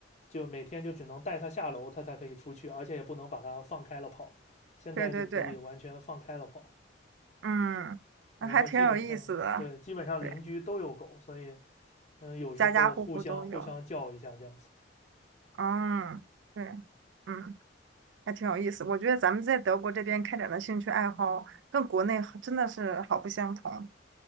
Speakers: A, on the left; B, on the right.
A: 就每天就只能带他下楼，他才可以出去，而且也不能把他放开了跑。现在就可以完全放开了跑，
B: 对对对，嗯，
A: 然后基本上对，
B: 那还挺有意思的。
A: 基本上邻居都有狗，
B: 对，
A: 所以嗯、呃有时候互相互相叫一下这样子。
B: 家家户户都有。嗯，对。嗯。还挺有意思。我觉得咱们在德国这边开展的兴趣爱好，跟国内好真的是好不相同。